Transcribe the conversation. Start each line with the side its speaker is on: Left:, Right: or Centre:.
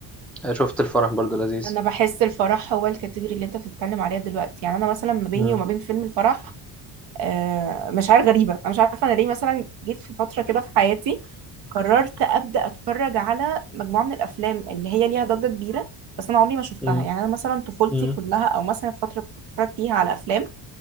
Centre: آه، شفت الفرح برضو لذيذ
Right: انا بحس الفرح هو الكاتيجوري اللي انت بتتكلم عليها دلوقتي يعني انا مثلا ما بيني
Centre: مم.
Right: وما بين فيلم الفرح آه، مشاعر غريبة أنا مش عارفة أنا ليه مثلا جيت في فترة كده في حياتي قررت أبدأ أتفرج على مجموعة من الأفلام اللي هي ليها ضجة كبيرة بس أنا عمري ما شفتها
Centre: مم.
Right: يعني أنا مثلا طفولتي
Centre: مم.
Right: كلها أو مثلا الفترة اللي كنت بتفرج فيها على أفلام